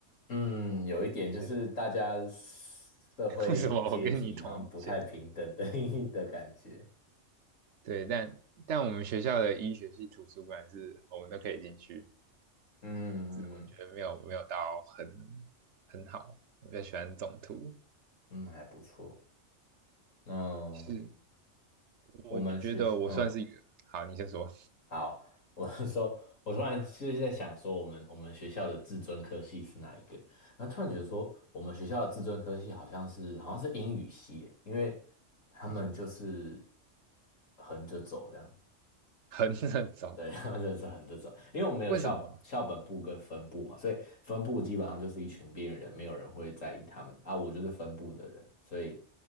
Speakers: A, on the left; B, on the right.
A: 嗯，有一点就是大家社会阶级好像不太平等的
B: <laughs> 觉得为什么我跟你同一间？
A: <laughs> 的感觉。
B: 对，但但我们学校的医学系图书馆是我们都可以进去，
A: 嗯嗯
B: 只是我觉得没有没有到很很好，我比较喜欢总图。
A: 嗯，还不错。嗯，
B: 是我觉得我算是一个，
A: 我们学，嗯，
B: 好，你先说，
A: 好，我是说，我突然就是在想说，我们我们学校的自尊科系是哪一个？然后突然觉得说，我们学校的自尊科系好像是好像是英语系耶，因为他们就是
B: 什么？
A: 横着走这样。
B: <laughs> 横着走，
A: 对，<laughs> 他们真的是很这种，因为我们有校校本部跟分部嘛，
B: 为什么？
A: 所以分部基本上就是一群边缘人，没有人会在意他们啊。我就是分部的人，所以